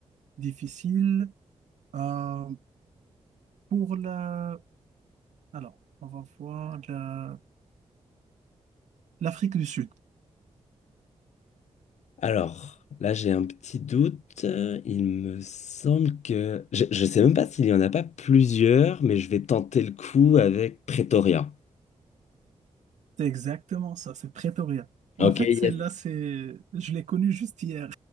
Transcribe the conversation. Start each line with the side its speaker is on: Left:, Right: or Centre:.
Right: difficile. Euh, pour la... Alors, on va voir la... l'Afrique du Sud.
Left: Alors, là, j'ai un petit doute. Euh, Il me semble que... Je ne sais même pas s'il y en a pas plusieurs, mais je vais tenter le coup avec Pretoria.
Right: C'est exactement ça, c'est Pretoria.
Left: Ok,
Right: En fait, celle-là,
Left: yes.
Right: c'est... je l'ai connue juste hier.